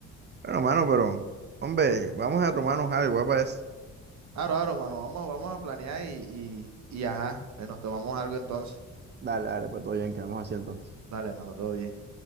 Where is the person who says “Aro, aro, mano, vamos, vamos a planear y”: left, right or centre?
Right